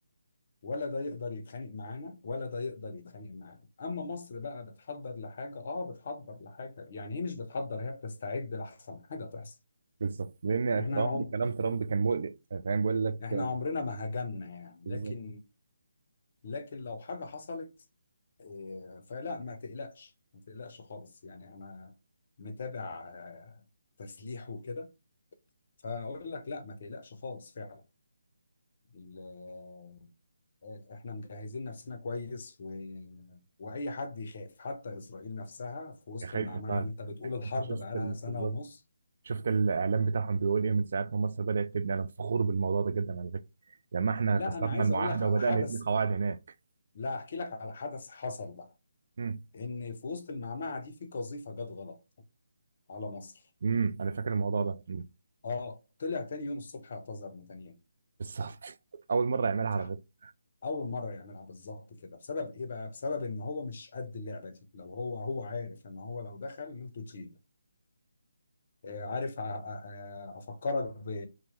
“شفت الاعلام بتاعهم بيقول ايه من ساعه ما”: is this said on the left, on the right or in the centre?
Right